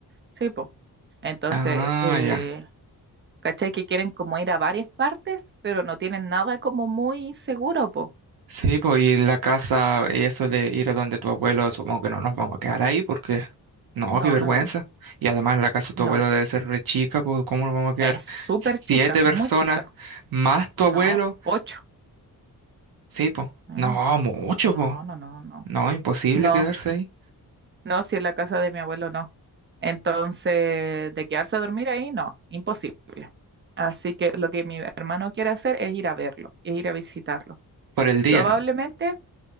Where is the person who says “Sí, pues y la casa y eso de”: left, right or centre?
Right